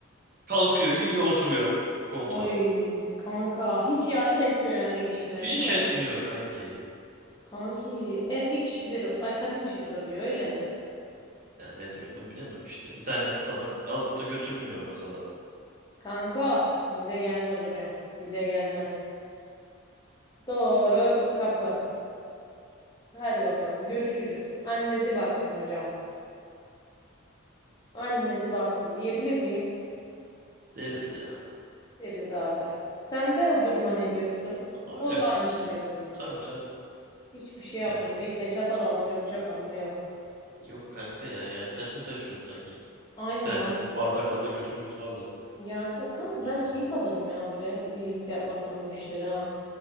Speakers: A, on the right (about 40°); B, on the left (about 20°).
A: Kalkıyor, gidiyor, oturuyor koltuğa.
B: Oy kanka hiç yardım etmiyor yani ev işine
A: Hiç
B: değil mi?
A: etmiyor kanki.
B: Kanki erkek işidir, ay kadın işidir o diyor öyle mi?
A: Ya ne diyor ben bilemem işte. Bir tane tabak alıp da götürmüyor masadan.
B: Kanka bize gelmez hocam. Bize gelmez. Doğru kapı. Hadi bakalım görüşürüz. Annesi baksın hocam. Annesi baksın diyebilir miyiz?
A: Deriz ya.
B: Deriz abi. Sen de o duruma ne diyorsun?
A: Öyle
B: O da
A: kanki
B: aynısını
A: ya.
B: yapıyor.
A: Tabii tabii.
B: Hiçbir şey yapmıyor.
A: Yani
B: Eline çatal almıyor, bıçak almıyor.
A: Yok kanka ya. Yani taş mı taşıyorsun sanki?
B: Aynen
A: İki tane
B: abi.
A: bardak al da götür mutfağa da.
B: Yardım et. Kanka
A: Yani.
B: ben keyif alırım ya böyle birlikte yapmaktan bu işlere. ha.